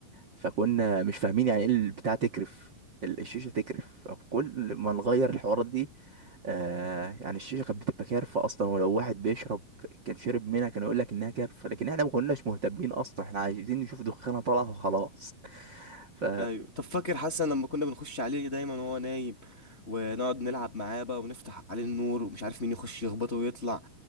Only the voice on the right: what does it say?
فكنا مش فاهمين يعني ايه البتاع تكرف ال- الشيشه تكرف كل ما نغير الحوارات دي آه يعني الشيشه كانت بتبقى كارفه اصلا ولو واحد بيشرب كان شرب منها كان يقول لك انها كارفه لكن احنا ما كناش مهتمين اصلا احنا عايزين نشوف دخانه طالعه وخلاص <laughs> ف